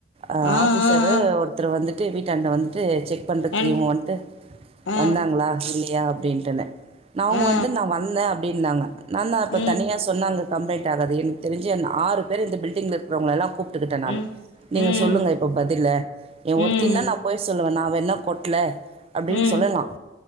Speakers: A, on the right; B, on the left.
A: அஹ
B: ஆ
A: ஆபிசரு
B: ஆ ஆ
A: ஒருத்தர் வந்துட்டு ட்டு வீடாண்ட வந்துடு செக் பண்றதுக்கு
B: என்
A: இவங்க வந்து
B: ஆ
A: வந்தாங்களா இல்லை யா அப்படின்ட்டுனே நா
B: ஆ
A: வந்து நா வந்த அப்டினாங்க நான் தான் இப்போ
B: ம்
A: தனியா சொன்னாங்க கம்ப்ளைன்ட் ஆகாது எனக்கு தெரிஞ்சு என் ஆறு இந்த பில்டிங்ல இருக்கிறவங்கள எல்லாம் கூப்பிட்டுக்கிட்டேன் நான்
B: ம்
A: நீங்க
B: ம்
A: சொல்லுங்க இப்ப பதில்ல என் ஒருத்தி
B: ம்
A: நா நான் போய் சொல்லுவேன் நான் வேணா கொட்ல அப்டினு
B: ம்
A: சொல்லாம்